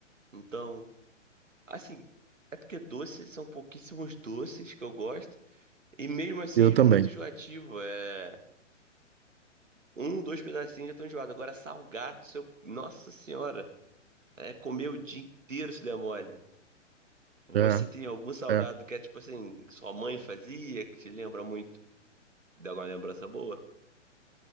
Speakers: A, on the right; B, on the right.
A: Então, assim, é porque doces são pouquíssimos doces que eu gosto. E mesmo assim
B: Eu
A: é
B: também.
A: muito enjoativo. É um, dois pedacinhos já tô enjoado. Agora salgado, seu... Nossa Senhora, é comer o dia inteiro se der mole. Você
B: É,
A: tem algum salgado
B: é.
A: que é tipo assim, que sua mãe fazia, que te lembra muito? Dá alguma lembrança boa?